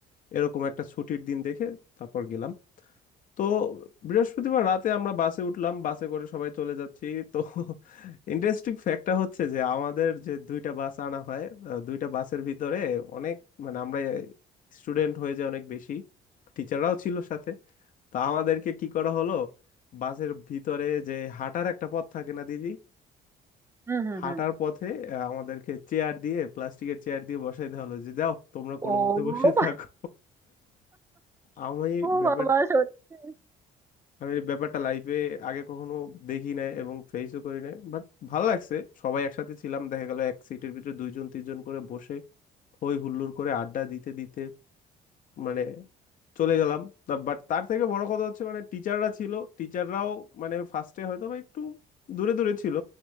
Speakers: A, on the left; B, on the right.
A: এরকম একটা ছুটির দিন দেখে তারপর গেলাম তো বৃহস্পতিবার রাতে আমরা বাসে উঠলাম বাসে করে সবাই চলে যাচ্ছি তো ইন্টারেস্টিং ফ্যাক্টটা হচ্ছে যে আমাদের যে দুইটা বাস আনা হয় আহ, দুইটা বাসের ভিতরে অনেক মানে আমরা স্টুডেন্ট হয়ে যায় অনেক বেশি টিচাররাও ছিল সাথে তো আমাদেরকে কি করা হলো বাসের ভিতরে যে হাঁটার একটা পথ থাকে না দিদি
B: হুম হুম
A: হাঁটার
B: হুম
A: পথে আহ, আমাদেরকে চেয়ার দিয়ে প্লাস্টিকের চেয়ার দিয়ে বসাই দেওয়া হলো যে যাও তোমরা কোনো
B: ও
A: মতে বসে
B: বা-
A: থাকো আমি
B: ও
A: ব্যাপারটা
B: বাবা সত্যি
A: আমি এই ব্যাপারটা লাইফে আগে কখনো দেখি নাই এবং ফেসও করি নাই বাট ভালো লাগছে সবাই একসাথে ছিলাম দেখা গেল এক সিটের ভিতরে দুইজন তিনজন করে বসে হই হুল্লোড় করে আড্ডা দিতে দিতে মানে চলে গেলাম বাট তার থেকে বড় কথা হচ্ছে মানে টিচাররা ছিল টিচাররাও মানে ফার্স্টে হয়তো বা একটু দূরে দূরে ছিল